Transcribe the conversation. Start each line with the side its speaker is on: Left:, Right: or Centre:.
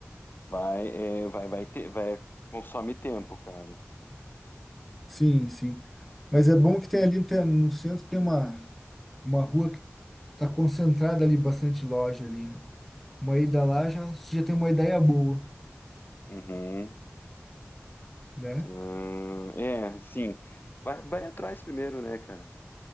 Left: vai, é, vai, vai ter, vai, consome tempo, cara.
Centre: Sim, sim. Mas é bom que tem ali tem- no centro tem uma, uma rua que tá concentrada ali, bastante loja ali, né? Uma ida lá já, já tem uma ideia boa,
Left: Uhum.
Centre: né?
Left: Ah, é, sim. Vai, vai atrás primeiro, né, cara?